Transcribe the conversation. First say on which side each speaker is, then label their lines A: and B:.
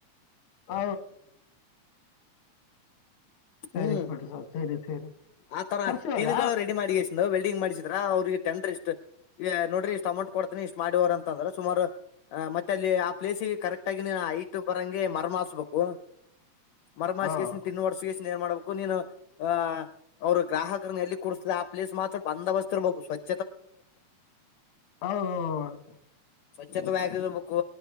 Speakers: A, on the left; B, on the left.
A: ಹ ಸರಿ
B: ಹ್ಮ್
A: ಪಟ್ಟ ಸ ಸರಿ ಸರಿ
B: ಆತರ
A: ಪರ್ಸ್ ಇವಾಗ
B: ದಿನಗಳು ರೆಡಿ ಮಾಡಗಷ್ಟ ವೆಲ್ಡಿಂಗ್ ಮಾಡ್ಿಸಿದ್ರ ಅವ್ರಿಗೆ ಟೆಂಡರ್ ಎಷ್ಟು ನೋಡರಿ ಇಷ್ಟ ಅಮೌಂಟ್ ಕೊಡ್ತನಿ ಇಷ್ಟ್ ಮಾಡವರ್ ಅಂದ್ರ ಸಮಾರು ಮತ್ತೆ ಅಲ್ಲಿ ಆ ಪ್ಲೇಸಿಗೆ ಕರೆಕ್ ಆಗಿ ನೀ ಇ ಬರಂಗೆ ಮರ್ಮಸ್ಬೇಕು ಮರಮಿಗೇಶಸನ್
A: ಹೌದು
B: ತಿನ್ ವರ್ಷಗೆಸನ್ ಏನ್ ಮಾಡ್ಬೇಕು ನೀನು ಅ ಅವ್ರು ಗ್ರಾಹಕರ ಎಲ್ಲಿ ಕುಡಸತ ಆ ಪ್ಲೇಸ್ ಮಾತ್ರ ಬಂದ ಬಸ್ತಿ ಇರ್ಬೇಕು ಸ್ವಚ್
A: ಹತ
B: ಚತುವಗರ್ಬೇಕು